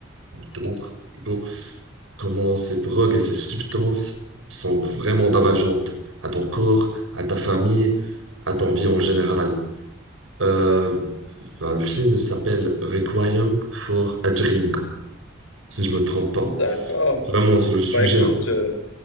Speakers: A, on the right (about 80°); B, on the left (about 85°).
A: te montre plutôt comment ces drogues et ces substances sont vraiment dommageantes à ton corps, à ta famille, à ton vie en général. Euh, bah, le film s'appelle Requiem for a Dream, si je me trompe pas.
B: D'accord.
A: Vraiment, c'est le sujet.
B: Bah écoute.
A: hein.
B: euh,